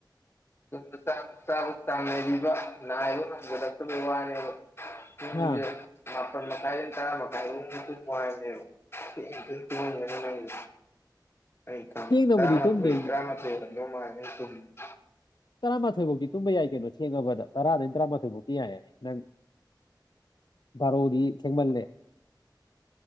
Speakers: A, on the left (about 30°); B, on the left (about 65°).
A: ꯇꯨꯝꯕ ꯆꯥꯕ ꯆꯕ ꯆꯥꯡ ꯅꯥꯏꯕꯤꯕ ꯉꯥꯏꯕ ꯉꯝꯖꯜꯂꯛꯇꯕꯩ ꯋꯥꯅꯦꯕ꯫ ꯄꯨꯡꯖꯦ
B: ꯍꯥ
A: ꯃꯄꯟ ꯃꯈꯥꯏꯗꯩꯅ ꯇꯔꯥ ꯃꯈꯥꯏꯕꯨꯛ ꯃꯅꯨꯡꯗꯥ ꯇꯨꯝꯃꯨ ꯍꯥꯏꯕꯅꯦꯕ ꯄꯦꯟꯅ ꯑꯃꯨꯛꯇ ꯇꯨꯝꯒꯦ꯫ ꯑꯩꯅ ꯈꯪꯕꯗ
B: ꯊꯦꯡꯅꯕꯨꯗꯤ
A: ꯇꯔꯥꯃꯊꯣꯏ
B: ꯇꯨꯝꯗꯦ ꯑꯩꯁꯦ
A: ꯇꯔꯥꯃꯊꯣꯏ ꯍꯦꯟꯜꯝꯗꯧ ꯃꯥꯜꯂꯦ ꯅꯪꯅ ꯇꯨꯝꯕꯗ꯫
B: ꯇꯔꯥꯃꯥꯊꯣꯏꯐꯧꯗꯤ ꯇꯨꯝꯕ ꯌꯥꯏ ꯀꯩꯅꯣ ꯊꯦꯡꯉꯕꯗ ꯇꯔꯥꯗꯩꯅ ꯇꯔꯥꯃꯥꯊꯣꯏꯐꯧꯗꯤ ꯌꯥꯏꯌꯦ ꯅꯪ ꯕꯥꯔꯣꯗꯤ ꯊꯦꯡꯃꯜꯂꯦ